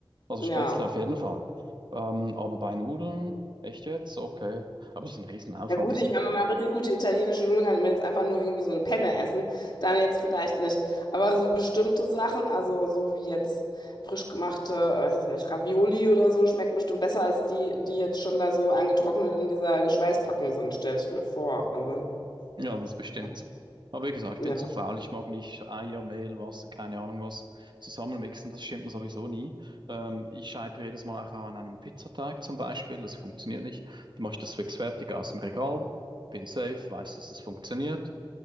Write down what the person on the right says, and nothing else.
Also
Spätzle auf jeden Fall. Ähm, aber bei Nudeln, echt jetzt? Okay. Aber es ist ein Riesenaufwand,
die sind,
ja, das bestimmt.
so. Aber wie gesagt, ich
bin zu faul, ich mag nicht Eier, Mehl, Wasser, keine Ahnung was zusammenmixen, das stimmt mir sowieso nie. Ähm, ich scheitere jedes Mal auch an einem Pizzateig zum Beispiel, das funktioniert nicht. Dann mache ich das fix fertig aus dem Regal, bin safe, weiß, dass es funktioniert